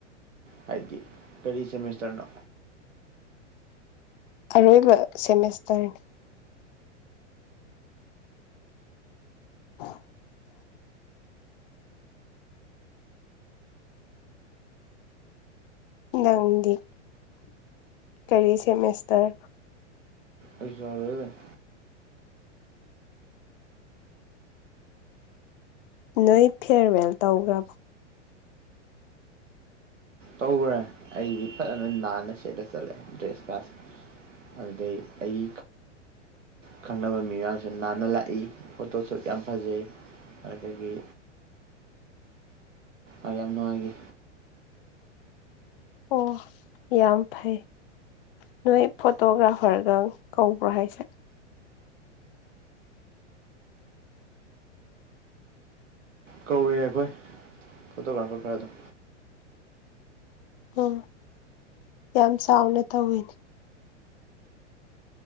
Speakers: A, on the right; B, on the left.
A: ꯍꯥꯏꯗꯤ ꯀꯔꯤ ꯁꯦꯃꯤꯁꯇꯔꯅꯣ
B: ꯑꯔꯣꯏꯕ ꯁꯦꯃꯔꯁꯇꯔꯅꯤ <inaudible> ꯅꯪꯗꯤ ꯀꯔꯤ ꯁꯦꯃꯤꯁꯇꯔ
A: ꯑꯩꯖꯨ ꯑꯔꯣꯏꯕꯅꯤ
B: ꯅꯣꯏ ꯐꯤꯌ꯭ꯔꯋꯦꯜ ꯇꯧꯈ꯭ꯔꯕꯣ
A: ꯇꯧꯈ꯭ꯔꯦ ꯑꯩꯗꯤ ꯐꯖꯅ ꯅꯥꯟꯅ ꯁꯦꯠꯂ ꯆꯠꯂꯦ ꯗ꯭ꯔꯦꯁ ꯀꯥꯁ ꯑꯗꯨꯗꯩ ꯑꯩ ꯈꯪꯅꯕ ꯃꯤ ꯃꯌꯥꯝꯁ ꯅꯥꯟꯅ ꯂꯥꯛꯏ ꯐꯣꯇꯣ ꯁꯨꯠ ꯌꯥꯝ ꯐꯖꯩ ꯑꯗꯨꯗꯒꯤ ꯑ ꯌꯥꯝ ꯅꯨꯡꯉꯥꯏꯒꯤ
B: ꯑꯣ ꯌꯥꯝ ꯐꯩ ꯅꯣꯏ ꯐꯣꯇꯣꯒ꯭ꯔꯥꯐꯔꯒ ꯀꯧꯕ꯭ꯔꯥ ꯍꯥꯏꯁꯦ
A: ꯀꯧꯋꯦ ꯑꯩꯈꯣꯏ ꯐꯣꯇꯣꯒ꯭ꯔꯥꯐꯔ ꯈꯔ ꯑꯗꯨꯝ
B: ꯎꯝ ꯌꯥꯝ ꯆꯥꯎꯅ ꯇꯧꯋꯤꯅꯦ